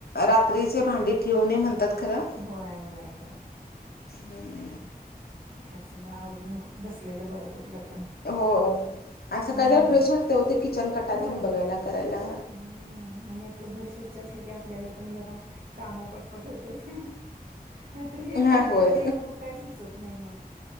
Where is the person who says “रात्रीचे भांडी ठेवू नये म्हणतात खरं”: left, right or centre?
Left